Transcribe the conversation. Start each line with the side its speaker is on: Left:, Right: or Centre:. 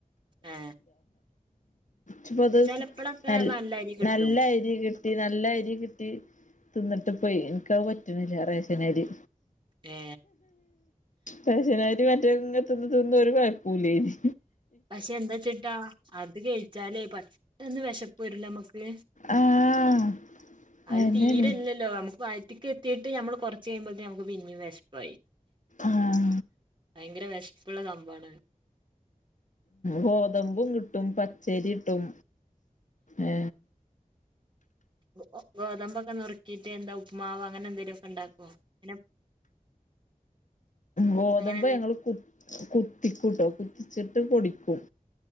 Right: ഏ
Left: പ്പോത്
Right: ചെലപ്പളൊക്കെ
Left: നൽ
Right: നല്ല അരി കിട്ടും
Left: നല്ല രി കി ട്ടി നല്ല രി കിട്ടി തിന്ന്ട്ട് പ്പെ ഇൻക്കഅ് പറ്റ്ണില്ല റേഷനരി
Right: ഏ
Left: റേഷനരി മറ്റേങ് തിന്ന്തിന്ന് ഒരു കൊയപ്പൂല്ലേ നി
Right: പക്ഷെ എന്താച്ചിട്ടാ അത് കഴിച്ചാലേ പെട്ടെന്ന് വെശപ്പ് വരില്ലേമ്മക്ക്
Left: ആഹ്
Right: അഅ്
Left: അയന്നെയാണ്
Right: തീരെ ല്ലല്ലോ നമക്ക് വായ റ്റ്ക്കെത്തീട്ട് നമ്മള് കൊർച്ച് കഴിയുമ്പോത്തിന് നമക്ക് പിന്നിം വെശപ്പായി
Left: ആഹ്
Right: ഭയങ്കര വിശപ്പ പ്ള്ള സംഭവാണ്
Left: ഗോതമ്പും കിട്ടും പച്ചരിട്ടും ഏ
Right: ഗോ ഗോതമ്പൊക്കെ നുർക്കിട്ട് എന്താ ഉപ്പ്മാവ് അങ്ങനെ എന്തെലൊക്കെ ണ്ടാക്കോ പിന്നെ
Left: ഗോതമ്പ്
Right: അങ്ങനെ
Left: ഞങ്ങള് കു കുത്തിക്കൂട്ടോ കുത്തിച്ചിട്ട് പൊടിക്കും